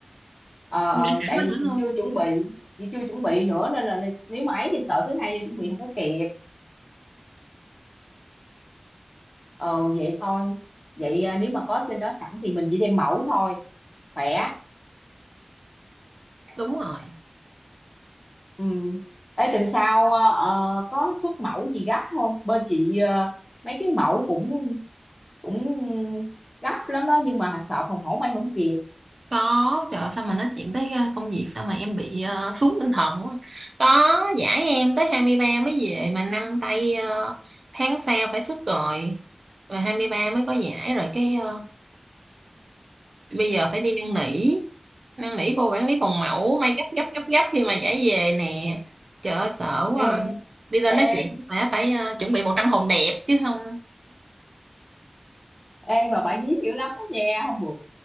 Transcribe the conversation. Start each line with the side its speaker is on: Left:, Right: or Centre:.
Left: Ờ,
Right: em
Left: ờ,
Right: để sẵn
Left: tại
Right: ở
Left: vì
Right: chỗ luôn
Left: chị chưa chuẩn bị chị chưa chuẩn bị nữa nên là nếu mà ấy thì sợ thứ hai vô chuẩn bị không có kịp ờ vậy thôi vậy à, nếu mà có trên đó sẵn thì mình chỉ đem mẫu thôi khỏe
Right: đúng rồi
Left: ừ Ê, tuần sau à, ờ, có xuất mẫu gì gấp không bên chị ờ, mấy cái mẫu cũng cũng gấp lắm đó nhưng mà sợ phòng mẫu may không kịp
Right: có trời ơi, sao mà nói chuyện tới ờ, công việc sao mà em bị ờ, xuống tinh thần quá có giải em tới 23 mới về mà năm tay ờ, tháng sau phải xuất rồi mà 23 mới có giải rồi cái ờ, bây giờ phải đi năn nỉ năn nỉ cô quản lý phòng mẫu may gấp gấp gấp gấp khi mà giải về nè trời ơi sợ quá
Left: ê
Right: à. đi lên
Left: ê
Right: nói chuyện với mẹ phải ờ, chuẩn bị một trăm hồn đẹp chứ không
Left: ê mà bà dí dữ lắm đó nha hôm bữa